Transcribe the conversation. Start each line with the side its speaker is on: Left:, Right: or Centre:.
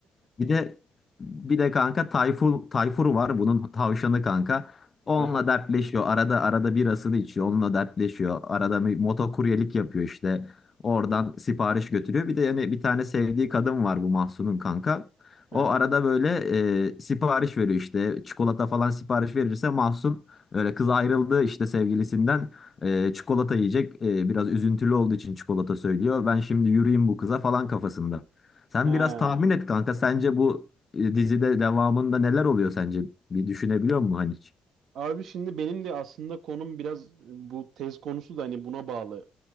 Left: Bir de bir de kanka Tayfur, Tayfur var bunun tavşanı kanka. Onunla
Right: Aha,
Left: dertleşiyor. Arada arada birasını içiyor. Onunla dertleşiyor. Arada bir motokuryelik yapıyor işte. Oradan sipariş götürüyor. Bir de yani bir tane sevdiği kadın var bu Mahsun'un kanka.
Right: aha.
Left: O arada böyle e, sipariş veriyor işte. Çikolata falan sipariş verirse Mahsun öyle kız ayrıldı işte sevgilisinden. E, çikolata yiyecek. E, biraz üzüntülü olduğu için çikolata söylüyor. Ben şimdi yürüyeyim bu kıza falan kafasında. Sen
Right: Ha.
Left: biraz tahmin et kanka. Sence bu e, dizide devamında neler oluyor sence? Bir düşünebiliyor musun hani hiç?
Right: Abi şimdi benim de aslında konum biraz bu tez konusu da hani buna bağlı.